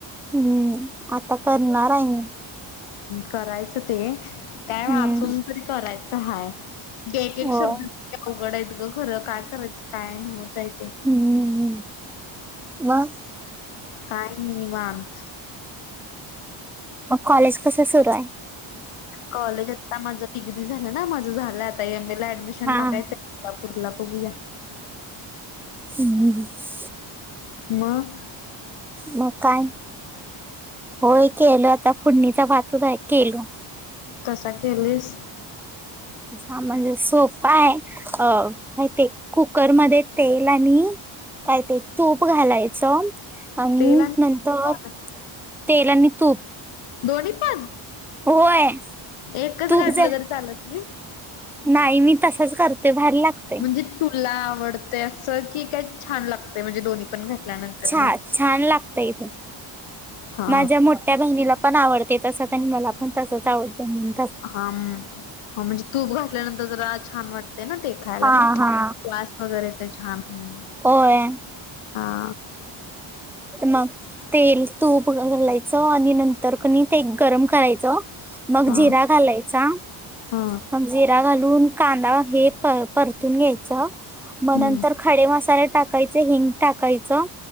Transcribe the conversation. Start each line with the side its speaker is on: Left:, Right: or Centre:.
Centre: हम्म आता करणार आहे मी.
Left: करायचं ते काय
Centre: हम्म
Left: वाचून तरी करायचं हाय. गेटेक
Centre: होय
Left: शब्द या अवघड आहेत गं. खरं काय करायचं काय ना होच आहे ते
Centre: हम्म मग
Left: काय नी निवांत.
Centre: मग कॉलेज कसं शुरू आहे?
Left: कॉलेज आता माझं डिग्री झालं ना माझं झालेय आता एम ए ला ऍडमिशन
Centre: हा
Left: टाकायचं कोल्हापूरला बघूया.
Centre: <unintelligible>
Left: म
Centre: मग काय होय केलं आता फोडणीचा भातचं आहे केलो.
Left: कसा केलीस?
Centre: हा म्हणजे सोपा आहे अ माहिती कुकरमध्ये तेल आणि काय ते तूप घालायचं आणि
Left: तेल
Centre: नंतर
Left: पण
Centre: तेल आणि तूप
Left: दोन्ही पण
Centre: होय
Left: एकचं
Centre: तूप
Left: घातलं
Centre: जर
Left: तरी चालत नई?
Centre: नाही मी तसच करते भारी लागते.
Left: म्हणजे तुला आवडतय असं की काय छान लागते म्हणजे दोन्ही पण घातल्यानंतर
Centre: छा
Left: ना
Centre: छान लागतय ते
Left: हा
Centre: माझ्या मोठ्या बहिनी ला पण आवडते तसं आणि मला पण तसच आवडते नी.
Left: हाम म्हणजे तूप घातल्यानंतर जरा छान वाट ते ना ते खायला
Centre: हा
Left: पण
Centre: हा
Left: वास वगैरे ते छान हम्म
Centre: होय
Left: हा.
Centre: मग तेल तूप घालायचं आणि नंतर कणी ते गरम कराय चा मग
Left: हा
Centre: जिरा घालायचा
Left: हा
Centre: मग जरा घालून कांदा हे प परतून घ्यायचा मग
Left: हम्म
Centre: नंतर खडे मसाले टाक कायचं हिंग टाकायचं